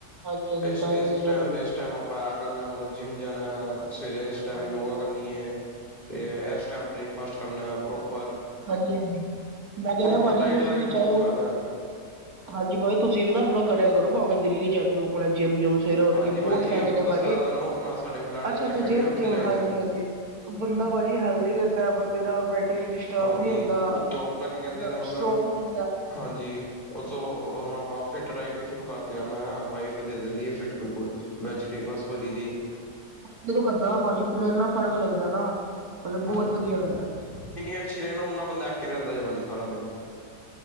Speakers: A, on the right; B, on the left.
A: ਹਾਂਜੀ ਹਾਂਜੀ
B: ਇਸ ਇਸ
A: ਮੈਨੇਜਮੈਂਟ
B: ਟਾਈਮ
A: ਹੋਣੀ
B: ਤੇ
A: ਚਾਹੀਦੀ
B: ਇਸ ਟਾਈਮ ਆਪਾਂ ਆਹ ਕਰਨਾ ਮਤਲਬ ਜਿੰਮ ਜਾਣਾ ਸਵੇਰੇ ਇਸ ਟਾਈਮ
A: ਹਾਂਜੀ
B: ਯੋਗਾ ਕਰਨੀ ਏ ਤੇ ਇਸ ਟਾਈਮ ਬ੍ਰੇਕਫਾਸਟ ਕਰਨਾ ਪ੍ਰੋਪਰ।
A: ਹਾਂਜੀ-ਹਾਂਜੀ ਮੈਂ ਕਹਿ
B: ਪ੍ਰੋਪਰ
A: ਰਿਹਾ ਭਾਜੀ
B: ਡਾਇਟ
A: ਤੁਸੀਂ
B: ਦਾ
A: ਵੀ
B: ਬਹੁਤ
A: ਚਾਹੇ ਹੁਨ
B: ਫਾਇਦਾ ਹੈਗਾ
A: ਹਾਂਜੀ ਭਾ ਜੀ ਤੁਸੀਂ ਵੀ ਨਾ ਥੋੜਾ ਕਰਿਆ ਕਰੋ ਭਾਵੇਂ ਦਿੱਲੀ ਚ ਆਗੇ ਔ ਮਤਲਬ ਜਿੰਮ ਜੋਇਨ ਸਵੇਰੇ ਉੱਠ
B: ਹਾਂਜੀ
A: ਕੇ
B: ਭਾਜੀ
A: ਬਹੁਤ ਫਾਇਦੇ
B: ਆਪ
A: ਨੇ
B: ਦੱਸਿਆ
A: ਭਾਜੀ
B: ਤਾਂ ਤੁਹਾਨੂੰ ਆਪਣਾ ਸਾਡੇ ਫਲੈਟ
A: ਅੱਛਾ
B: ਚ ਜਿੰਮ
A: ਅੱਛਾ
B: ਹੈਗੀ
A: ਜਿਮ
B: ਆ ਉੱਥੇ
A: ਹਾਂਜੀ-ਹਾਂਜੀ
B: ਜਾਈਦਾ
A: ਬੰਦਾ ਭਾਜੀ ਹੈਲਦੀ ਰਹਿੰਦਾ ਬੰਦੇ ਦਾ ਬੈ ਤੇ ਡਿਸਟਰਬ
B: ਹਾਂਜੀ
A: ਨਹੀਂ ਹੁੰਦਾ
B: ਉੱਤੋਂ ਆਪਣਾ ਕੀ ਕਹਿੰਦੇ
A: ਬੰਦਾ ਮੱਤਲਬ
B: ਨੇ ਹੁਣ
A: ਸਟਰੋਂਗ
B: ਮੈਂ
A: ਰਹਿੰਦਾ।
B: ਹਾਂਜੀ ਉਤੋਂ ਹੁਣ ਆਪਾਂ ਫਿਟ ਡਾਇਟ ਵੀ ਸ਼ੁਰੂ ਕਰਤੀ ਨਾ ਮੈਂ ਵਾਈਫ ਦੇ ਦਿੰਦੀ ਏ ਫਿਟ ਬਿਲਕੁਲ ਵੈਜੀਟੇਬਲ ਭਰੀ ਦੀ।
A: ਦਿਲੋਂ ਕਰਦਾ ਨਾ ਭਾਜੀ ਮੈਨੂੰ ਇੰਨਾ ਫਰਕ ਲੱਗਦਾ ਨਾ ਮਤਲਬ ਬਹੁਤ
B: ਹਾਂਜੀ
A: ਵਧੀਆ ਲੱਗਦਾ।
B: ਜਿੰਨੀ ਅੱਛੀ ਰਹੇ ਨਾ ਉਨਾਂ ਬੰਦਾ ਐਕਟ ਰਹਿੰਦਾ ਭਾਜੀ ਸਾਰਾ ਦਿਨ।